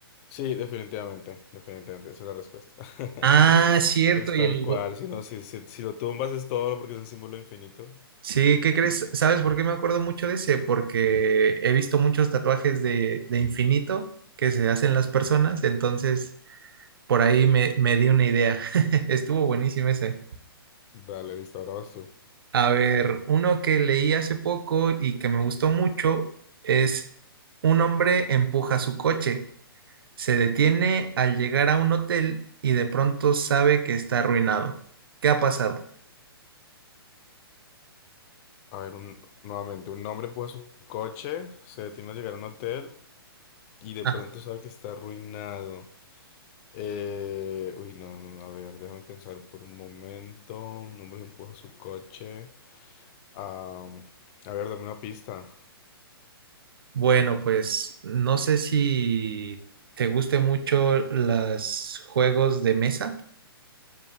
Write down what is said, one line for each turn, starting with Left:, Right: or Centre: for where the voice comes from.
Left: Sí, definitivamente, definitivamente, esa es la respuesta. <laughs>
Right: Ah, cierto.
Left: Es tal
Right: Y el...
Left: cual,
Right: Hugo-
Left: si no, si, si, si lo tumbas es todo, porque es el símbolo infinito.
Right: Sí, ¿qué crees? ¿Sabes por qué me acuerdo mucho de ese? Porque he visto muchos tatuajes de, de infinito que se hacen las personas. Entonces, por ahí me, me di una idea. <laughs> Estuvo buenísimo ese.
Left: Dale, listo, ahora vas tú.
Right: A ver, uno que leí hace poco y que me gustó mucho es Un hombre empuja su coche. Se detiene al llegar a un hotel y de pronto sabe que está arruinado. ¿Qué ha pasado?
Left: A ver, un, nuevamente, un hombre empuja su coche, se detiene a llegar a un hotel y de
Right: Ah,
Left: pronto sabe que está arruinado. Eh, uy, no, no, a ver, déjame pensar por un momento. Un hombre empuja su coche. Am, a ver, dame una pista.
Right: bueno, pues no sé si te guste mucho los juegos de mesa.